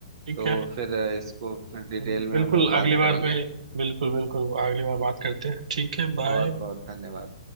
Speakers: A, on the right; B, on the right.
A: ठीक
B: तो
A: है
B: फिर अ, इसको फिर डिटेल
A: बिल्कुल
B: में हम लोग बात
A: अगली बार
B: करेंगे
A: में बिल्कुल बिल्कुल अगली बार बात करते हैं ठीक है बाय
B: बहुत बहुत धन्यवाद